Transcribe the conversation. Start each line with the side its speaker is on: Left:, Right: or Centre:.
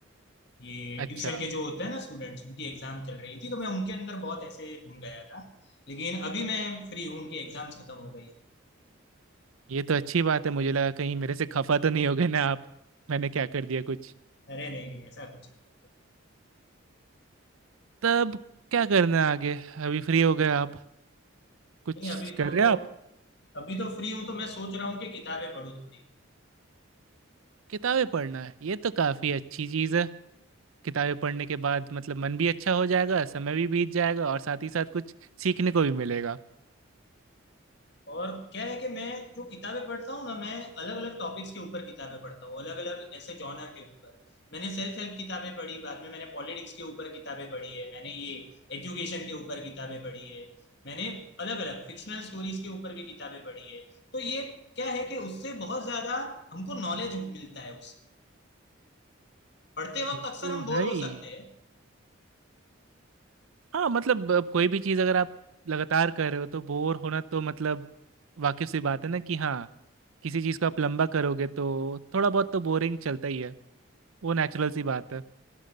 Left: ये
Right: अच्छा
Left: ट्यूशन के जो होते हैं ना स्टूडेंट्स उनकी एग्जाम चल रही थी तो मैं उनके अंदर बहुत ऐसे घूम गया था लेकिन अभी मैं फ्री हूँ उनकी एग्जाम्स खत्म हो गई
Right: ये तो अच्छी बात है मुझे लगा कहीं मेरे से खफा तो नहीं हो गए ना आप मैंने क्या कर दिया कुछ
Left: अरे नहीं नहीं ऐसा कुछ नहीं है।
Right: तब क्या करना है आगे अभी फ्री हो गए आप कुछ
Left: नहीं अभी
Right: कर
Left: तो
Right: रहे हो आप
Left: अभी तो फ्री हूँ तो मैं सोच रहा हूँ कि किताबें पढूं थोड़ी
Right: किताबें पढ़ना है ये तो काफ़ी अच्छी चीज़ है किताबें पढ़ने के बाद मतलब मन भी अच्छा हो जाएगा समय भी बीत जाएगा और साथ ही साथ कुछ सीखने को भी मिलेगा
Left: और क्या है कि मैं जो किताबें पढ़ता हूँ ना मैं अलग अलग टॉपिक्स के ऊपर किताबें पढ़ता हूँ अलग अलग ऐसे जॉनर के ऊपर मैंने सेल्फ हेल्प किताबें पढ़ी बाद में मैंने पॉलिटिक्स के ऊपर किताबें पढ़ी है मैंने ये एजुकेशन के ऊपर किताबें पढ़ी है मैंने अलग अलग फिक्शनल स्टोरीज के ऊपर भी किताबें पढ़ी है तो ये क्या है कि उससे बहुत ज्यादा हमको नॉलेज मिलता है उससे पढ़ते वक्त
Right: ये
Left: अक्सर
Right: तो
Left: हम बोर
Right: है
Left: हो
Right: ही
Left: सकते हैं
Right: हाँ मतलब अ, कोई भी चीज़ अगर आप लगातार कर रहे हो तो बोर होना तो मतलब वाकिफ सी बात है ना कि हाँ किसी चीज़ को आप लंबा करोगे तो थोड़ा बहुत तो बोरिंग चलता ही है वो नेचुरल सी बात है